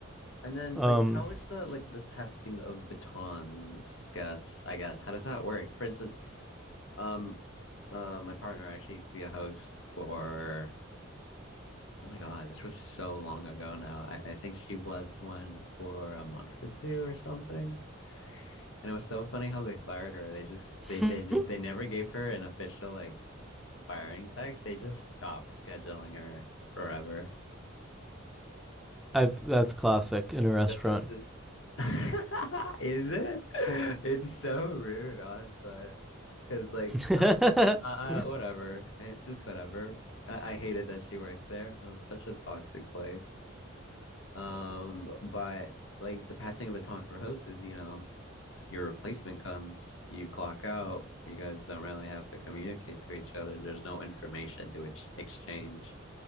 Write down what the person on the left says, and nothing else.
And then
like how is the like the passing of batons, guess, I guess. How does that work? For instance, um uh my partner actually used to be a host for Oh my God, this was so long ago now. I, I think she was one for a month or two or something. And it was so funny how they fired her. They just
they they just they never gave her an official like firing text. They just stopped scheduling her forever.
That was just <laughs> Is it? <laughs> It's so rude, honestly. Because like
uh, uh, whatever. It's just whatever. I, I hated that she worked there. It was such a toxic place. Um, but like the passing of a baton for hosts is, you know, your replacement comes, you clock out, you guys don't really have to communicate to each other. There's no information to ex- exchange.